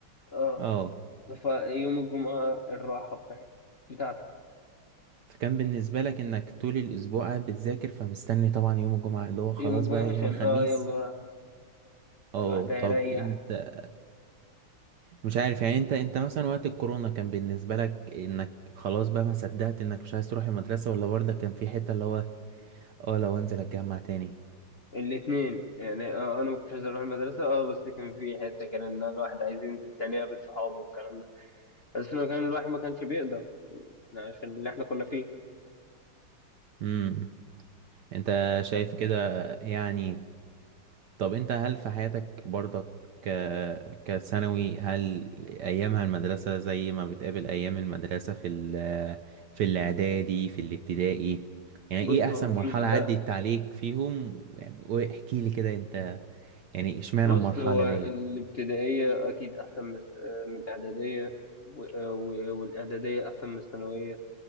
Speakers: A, on the left; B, on the right.
A: اه
B: اه
A: فيوم الجمعة الراحة بتاعتي بتاعتك
B: فكان بالنسبة لك انك طول الاسبوع قاعد بتذاكر فمستني طبعا يوم الجمعة اللي هو خلاص
A: يوم الجمعة
B: بقى
A: عشان
B: يوم الخميس
A: اه يلا
B: اه
A: الواحد
B: طب
A: هيريح
B: انت مش عارف يعني انت انت مثلا وقت الكورونا كان بالنسبة لك انك خلاص بقى ما صدقت انك مش عايز تروح المدرسة ولا برضه كان في حتة اللي هو اه لو انزل اتجمع تاني
A: الاتنين يعني اه انا ما كنتش عايز اروح المدرسة اه بس كان في حتة كان ان الواحد عايز ينزل تاني يقابل صحابه والكلام ده بس ما كان الواحد ما كانش بيقدر يعني عشان اللي احنا كنا فيه
B: امم انت شايف كده يعني طب انت هل في حياتك برضك ك كثانوي هل ايامها المدرسة زي ما بتقابل ايام المدرسة في ال في الاعدادي في الابتدائي يعني
A: بص
B: ايه احسن
A: هو اكيد
B: مرحلة
A: لا
B: عدت عليك فيهم يعني واحكي لي كده انت يعني اشمعنى
A: بص
B: المرحلة
A: هو
B: ديت
A: الابتدائية اكيد احسن من الس- آه، من الاعدادية و- آه، و- والاعدادية احسن من الثانوية